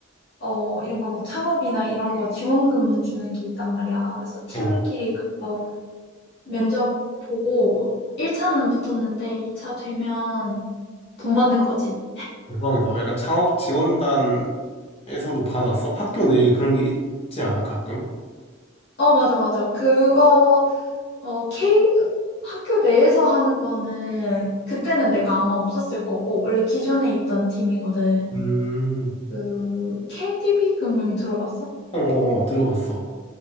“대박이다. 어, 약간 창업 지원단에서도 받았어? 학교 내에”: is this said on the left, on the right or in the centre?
Left